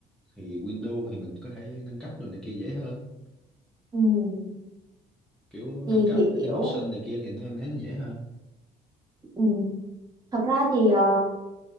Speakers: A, in the centre; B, on the right (about 25°).
A: thì Windows thì mình có thể nâng cấp rồi này kia dễ hơn
B: ừ
A: kiểu nâng
B: chị
A: cấp
B: hiểu
A: thêm option này kia thì nó em thấy nó dễ hơn
B: ừ. thật ra thì ờ,